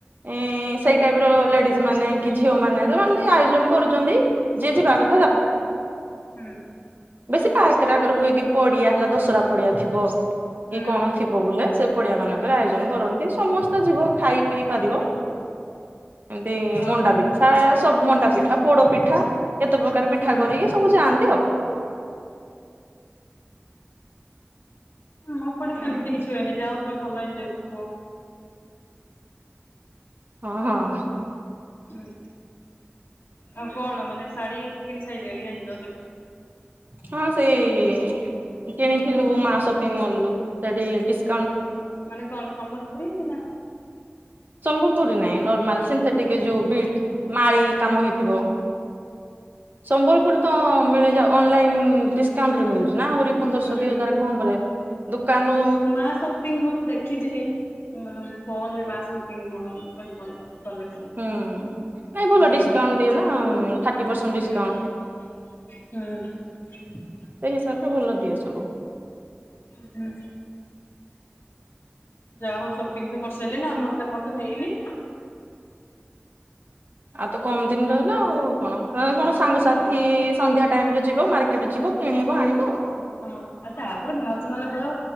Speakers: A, on the right; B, on the left.
A: ଏ ସେଇ ଟାଇପର ଲେଡିଜ ମାନେ କି ଝିଅ ମାନେ ସେମାନେ ବି ଆୟୋଜନ କରୁଛନ୍ତି। ଯିଏ ଯିବାକ
B: ହୁଁ ହୁଁ।
A: ବେଶୀ ପାର୍କ ଆକାର ହୁଏ କି ପଡିଆ ହେଲା ଦୋସରା ପଡିଆ ଥିବ
B: ହୁଁ
A: କି କଣ ଥିବ ବୋଲେ ସେ ପଡିଆମାନଙ୍କରେ
B: ହୁଁ
A: ଆୟୋଜନ କରନ୍ତି ସମସ୍ତେ ଯିବ ଖାଇ ପିଇ ପାରିବ। ଏମତି
B: ଓହୋ
A: ମଣ୍ଡା ପିଠା ସବୁ ମଣ୍ଡା ପିଠା ପୋଡ ପିଠା କେତେ ପ୍ରକାର ପିଠା
B: ହୁଁ
A: କରିକି ସବୁ ଯାଆନ୍ତି ଆଉ
B: ମୋ ପଟେ ସେମତି କିଛି ହୁଏନି ଯାହା ହୁଏ ଭଲ ଏନଜଏ କରୁଥିବ।
A: ହଁ ହଁ।
B: ହୁଁ ଆଉ କଣ ମାନେ ଶାଢୀ କିଣି ସାଇଲେଣି ନାଇଁ ରଜ ପାଇଁ?
A: ହଁ ସେଇ କିଣିଥିଲୁ ମା ସପିଙ୍ଗ ମଲ୍ ରୁ ସେଠି ଡିସ୍
B: ଓହୋ ମାନେ କଣ ସମ୍ବଲପୁରୀ ନା
A: ସମ୍ବଲପୁରୀ ନାଇଁ ନର୍ମାଲ୍ ସନ୍ଥେଟିକ୍ ଏ ଯୋଉ ବିଟ୍ସ୍ ମାଳି କାମ ହେଇଥିବ। ସମ୍ବଲପୁରୀ ତ ମିଳିଯା ଅନଲାଇନ୍ ଡିସକାଉଣ୍ଟରେ ମିଳୁଚି ନା ଆହୁରି ପନ୍ଦରଶଅ
B: ହୁଁ
A: ଦୁଇ ହଜାର କମ୍ ରେ ଦୁକାନୁ
B: ହ ମା ସପିଙ୍ଗ ମଲ୍ ମୁଁ ଦେଖିତିଲି ମାନ ଫୋନ ରେ ମା ସପିଙ୍ଗ ମଲ୍ ଭଲ୍ ଭଲ କଲେକ୍ସନ।
A: ହୁଁ ନାଇଁ ଭଲ
B: ହୁଁ।
A: ଡିସକାଉଣ୍ଟ ଦିଏ ନା ଥାର୍ଟି ପରସେଣ୍ଟ୍ ଡିସକାଉଣ୍ଟ
B: ହୁଁ ହୁଁ।
A: ଏଇ ହିସାବରେ ଭଲ ଦିଏ ସବୁ
B: ହୁଁ। ଯାଆ ହଉ ସପିଙ୍ଗ୍ ତ କରସାଇଲେ ନା ଆମର ତ <unintelligible> ତ ହେଇନି।
A: ଆଉ ତ କମ୍ ଦିନ୍ ରହିଲା ଆଉ କଣ ଏଁ କଣ ସାଙ୍ଗସାଥି
B: ହଁ
A: ଇଏସ୍ ସନ୍ଧ୍ୟା ଟାଇମ୍ ରେ ଯିବ ମାର୍କେଟ ଯିବ କିଣିବ ଆଣିବ ଆଉ କଣ?
B: ହଁ ଆଉ ତାପରେ ଭାଉଜ ମାନଙ୍କର